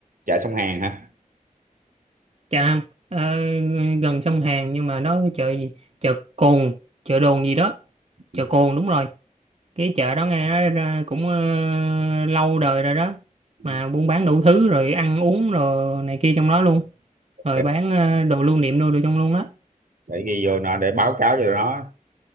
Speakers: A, on the right; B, on the right.
A: chợ sông Hàn hả
B: Chà, ờ, gần sông Hàn nhưng mà nó cái chợ gì? Chợ Cồn, chợ Đồn gì đó.
A: Ừ,
B: Chợ Cồn đúng rồi. Cái chợ đó nghe nói ra cũng ờ, lâu đời rồi đó.
A: ừ.
B: Mà buôn bán đủ thứ rồi ăn uống rồi này kia trong đó luôn.
A: Ok,
B: Rồi bán ờ, đồ lưu niệm đồ, đồ trong luôn á.
A: để ghi vô nó để báo cáo cho nó